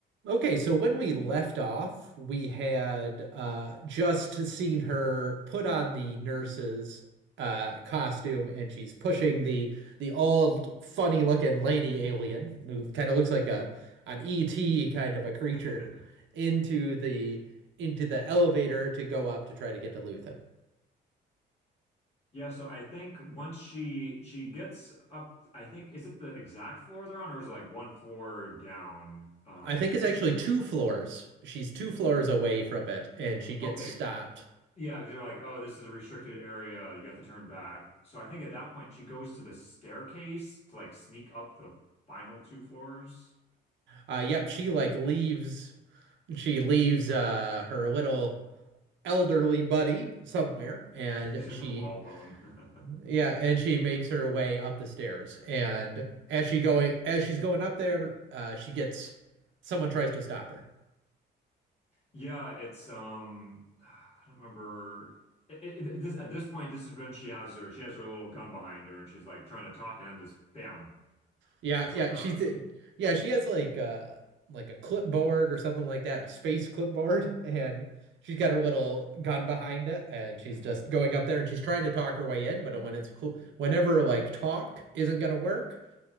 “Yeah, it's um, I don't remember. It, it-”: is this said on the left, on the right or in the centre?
Left